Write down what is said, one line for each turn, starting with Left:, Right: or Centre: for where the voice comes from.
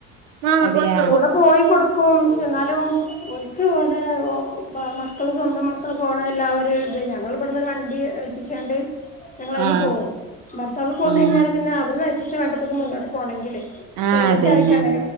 Right: <unintelligible>
Left: കൂടെ പോയി കൊടുക്കും. ഷേ ഇന്നാലും ഒനിക്ക് ഓലെ ബ മാ മക്കള് സ്വന്തം മക്കള് പോണ ല്ലാവ ഒരു ഇത് ഞങ്ങള് ഇബെട്ന്നൊരു വണ്ടി എ ഏൽപ്പിച്ചാണ്ട്. ഞങ്ങളയ്ല്
Right: ആഹ്
Left: പോവും. ഭർത്താവ് പോന്നയ്ഞ്ഞാല്
Right: ഉം
Left: പിന്നെ അവര് നയിച്ചിട്ട് വേണ്ടപ്പത് മുന്നോട്ട് പോണെങ്കില്
Right: ആഹ്
Left: പ്രൈവറ്റ്
Right: അതന്നെ
Left: ആയിട്ടാണെ.